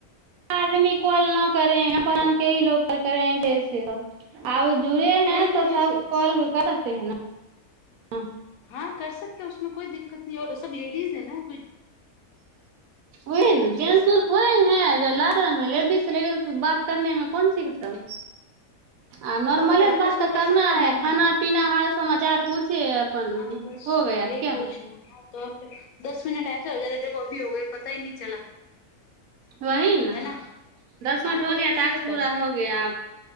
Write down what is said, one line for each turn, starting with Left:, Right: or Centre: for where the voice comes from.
Right: आदमी कौल न करे है क करे है आब जुड़े
Left: कोई
Right: हैं तो
Left: नहीं
Right: सब
Left: ऐसे
Right: कॉल
Left: सब
Right: कर सकते है न हँ
Left: हँ कर सकते है इसमे कोई दिक्कत नहि आओर सब लेडीज है न
Right: वही
Left: एक
Right: ने
Left: दूसरे
Right: को जेंस
Left: से
Right: उन्स थोड़े हैं लाग लेडीज लेडीज बात करने मे कोन चीज कें शर्म आ नॉर्मले
Left: तो फिर आपस
Right: त बात
Left: में
Right: तऽ
Left: कर
Right: करना
Left: सकते हैं नॉर्मली
Right: है खाना पीना हाल समाचार पूछे अपन
Left: हँ बस
Right: हो गया
Left: ले
Right: क्या
Left: पहुछ हँ त दस मिनट ऐसे हो जाते देखो अभी हो गए पता ही नहि चला
Right: वही ने
Left: है ना
Right: दस मिनट
Left: आपको
Right: हो
Left: भी
Right: गया
Left: मिल
Right: टास्क
Left: गए
Right: पूरा
Left: पैसे
Right: हो गया